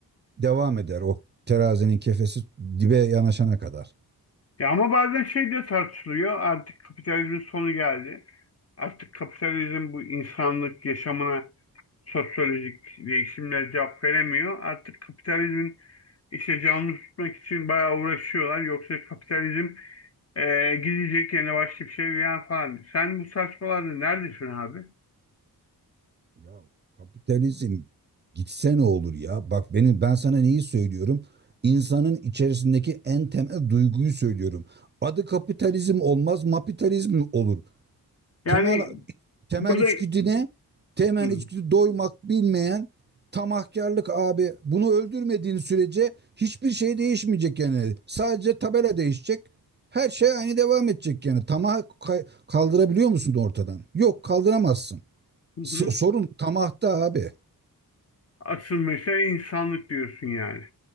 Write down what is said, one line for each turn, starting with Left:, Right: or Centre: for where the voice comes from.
Right: devam eder o terazinin kefesi dibe yanaşana kadar.
Left: Ya ama bazen şey de tartışılıyor. Artık kapitalizmin sonu geldi. Artık kapitalizm bu insanlık yaşamına sosyolojik değişimle cevap veremiyor. Artık kapitalizmin işte canlı tutmak için bayağı uğraşıyorlar. Yoksa kapitalizm eee, gidecek yerine başka bir şey veya falan. Sen bu saçmalarda neredesin abi?
Right: Ya kapitalizm gitse ne olur ya? Bak benim ben sana neyi söylüyorum? İnsanın içerisindeki en temel duyguyu söylüyorum. Adı kapitalizm olmaz, mapitalizm olur.
Left: Yani
Right: Temel temel
Left: burada
Right: içgüdü ne? Temel
Left: Hı
Right: içgüdü doymak bilmeyen tamahkarlık abi. Bunu öldürmediğin sürece hiçbir şey değişmeyecek yani. Sadece tabela değişecek. Her şey aynı devam edecek yani. Tamah kay- kaldırabiliyor musun ortadan? Yok, kaldıramazsın.
Left: hı. hı.
Right: So- Sorun tamahta abi.
Left: asıl mesele insanlık diyorsun yani.